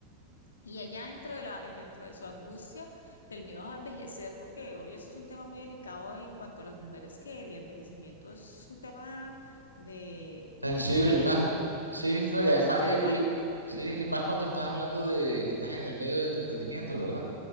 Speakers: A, on the left; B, on the right.
A: Y ella dentro de la, dentro de su angustia, del miedo a envejecer, porque hoy eso es un tema muy delicado en cuanto a las mujeres, que el envejecimiento es un tema de,
B: Sensible
A: de malo,
B: más. Sí,
A: sí,
B: no, y
A: como
B: además,
A: si fuera
B: y,
A: malo.
B: y- sí, y más cuando estás hablando de que estás en el medio de entretenimiento, ¿verdad?